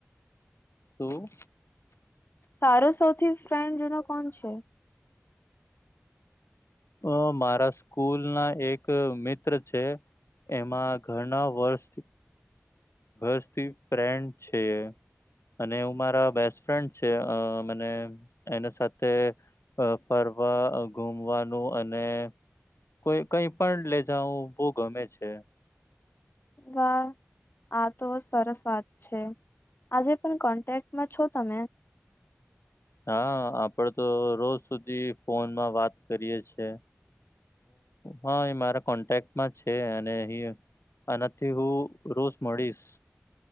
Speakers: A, on the left; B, on the left.
A: શું?
B: તારો સૌથી ફ્રેન્ડ જૂનો કોણ છે?
A: અ મારા સ્કૂલના એક મિત્ર છે. એમાં ઘણાં વર્ષ વર્ષ થી ફ્રેન્ડ છે. અને અમારા બેસ્ટ ફ્રેન્ડ છે અ મને એના સાથે અ ફરવા ઘુમવાનું અને કોઈ કઈ પણ લે જાવું બહુ ગમે છે.
B: વાહ આ તો સરસ વાત છે. આજે પણ કોન્ટેક્ટમાં છો તમે?
A: હા આપણે તો રોજ સુધી ફોનમાં વાત કરીએ છે. હા એ મારા કોન્ટેક્ટ છે અને અહી આનાથી હું રોજ મળીશ.